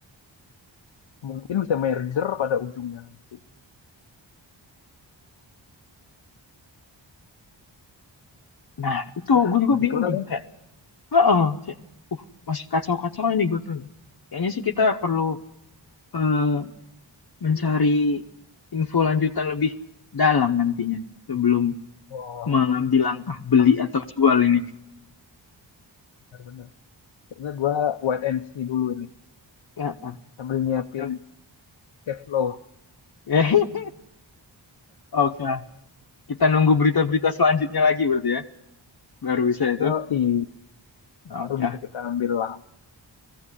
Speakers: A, on the left; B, on the left.
A: mungkin bisa merger pada ujungnya nanti
B: Nah, itu
A: ya
B: gue juga
A: begitulah
B: bingung tuh.
A: kan
B: Kayak, heeh, kayak, uh, masih kacau-kacau ini gue tuh. Kayaknya sih kita perlu eh, mencari info lanjutan lebih dalam nantinya sebelum
A: wow
B: mengambil langkah beli
A: am-
B: atau jual ini.
A: benar-benar kayaknya gue wait and see dulu ini
B: Heeh.
A: sambil nyiapin
B: Oke.
A: cash flow
B: <laughs> Oke lah. Kita nunggu berita-berita selanjutnya lagi berarti ya. Baru bisa itu.
A: yoi
B: Oke
A: baru
B: lah.
A: bisa kita ambil lah